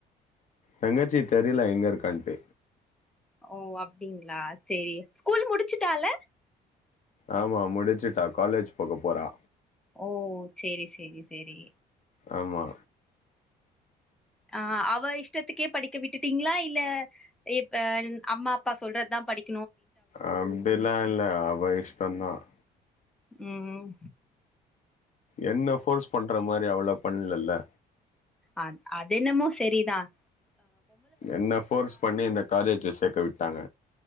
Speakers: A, on the left (about 45°); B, in the centre.
A: தங்கச்சி தெரியல எங்க இருக்கான்ட்டு
B: ஓ அப்படிங்களா சேரி ஸ்கூல் முடிச்சுட்டால
A: ஆமா முடிச்சுட்டா காலேஜ் போக போறா
B: ஓ சேரி சேரி சேரி
A: ஆமா
B: ஆஹ அவ இஷ்டத்துக்கே படிக்க விட்டுட்டீங்களா இல்ல இப்பஅம்மா அப்பா சொல்றதுதா படிக்க
A: அப்டிலாம் இல்ல அவ இஷ்டந்தான்
B: உம் உம்
A: என்ன போர்ஸ் பண்ற மாரி அவ்வளவு பண்ணல்ல
B: அ அது என்னமோ சரிதான்
A: என்ன போர்ஸ் பண்ணி இந்த காலேஜ்ல சேர்க்க விட்டாங்க